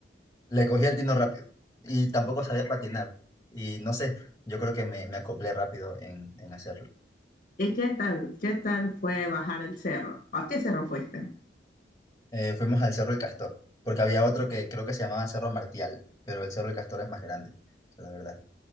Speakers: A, on the left; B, on the left.
A: le cogí el tino rápido y tampoco sabía patinar. Y no sé, yo creo que me, me acoplé rápido en, en hacerlo.
B: ¿Y qué tal? ¿Qué tal fue bajar el cerro? ¿A qué cerro fuiste?
A: Eh, fuimos al Cerro del Castor, porque había otro que creo que se llamaba Cerro Martial, pero el Cerro del Castor es más grande, la verdad.